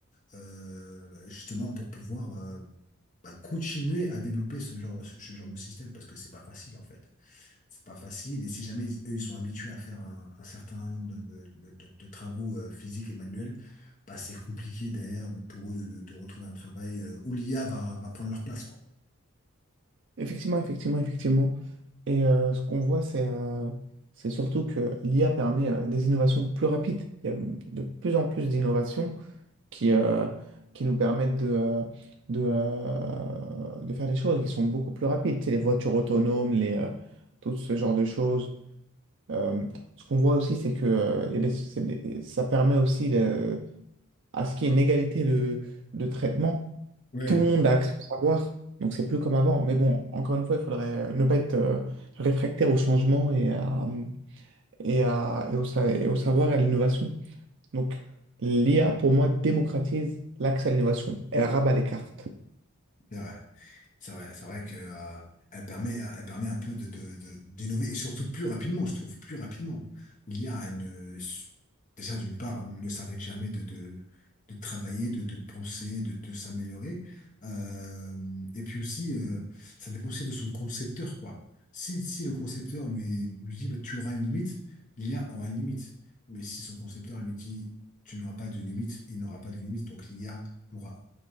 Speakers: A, on the left; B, on the right.
A: euh, bah, justement pour pouvoir euh, bah, continuer à développer ce genre, ce, ce genre de système parce que c'est pas facile en fait c'est pas facile. Et si jamais eux, ils sont habitués à faire un, un certain nombre de, de- de- de- travaux euh, physiques et manuels, bah, c'est compliqué derrière pour eux de, de retrouver un travail euh, où l'IA va, va prendre leur place, quoi.
B: Effectivement, effectivement, effectivement. Et euh, ce qu'on voit, c'est euh, c'est surtout que l'IA permet euh, des innovations plus rapides. Il y a de plus en plus d'innovations qui, euh, qui nous permettent de, euh, de, euh, de faire des choses qui sont beaucoup plus rapides. C'est les voitures autonomes, les, euh, tout ce genre de choses. Euh, ce qu'on voit aussi, c'est que euh, il y a des- c'est des- ça permet aussi de- à ce qu'il y ait une égalité de, de traitement
A: Ouais.
B: tout le monde a accès au savoir, donc c'est plus comme avant. Mais bon, encore une fois, il faudrait euh, ne pas être euh, réfractaire au changement et, à, et, à- et au, sa- et au savoir et à l'innovation. Donc l'IA, pour moi, démocratise l'accès à l'innovation. Elle rabat les cartes.
A: C'est vrai. C'est vrai, c'est vrai que, euh, elle permet, euh, elle permet un peu de, de- de- d'innover et surtout plus rapidement, je trouve, plus rapidement. L'IA a a une, euh, déjà d'une part, ne s'arrête jamais de, de, de travailler, de, de penser, de, de s'améliorer. Euh, et puis aussi, euh, ça dépend aussi de son concepteur, quoi. Si, si le concepteur lui, lui dit, bah, tu auras une limite, l'IA aura une limite. Mais si son concepteur lui dit, tu n'auras pas de limite, il n'aura pas de limite. Donc l'IA pourra